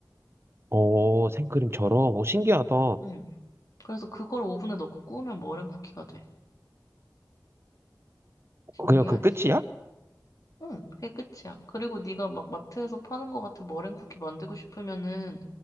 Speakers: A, on the right; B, on the left.
A: 어, 생크림처럼. 어, 신기하다.
B: 응. 그래서 그걸 오븐에 넣고 구우면 머랭 쿠키가 돼. 신기하지?
A: 그냥 그 끝이야?
B: 응, 그게 끝이야. 그리고 네가 막 마트에서 파는 거 같은 머랭 쿠키 만들고 싶으면은